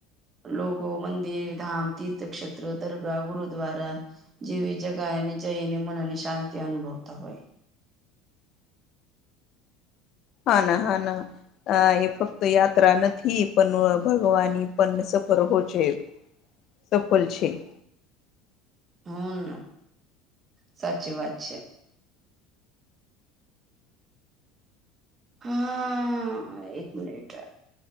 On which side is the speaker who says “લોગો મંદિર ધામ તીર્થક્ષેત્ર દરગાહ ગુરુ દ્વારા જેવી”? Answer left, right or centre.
Right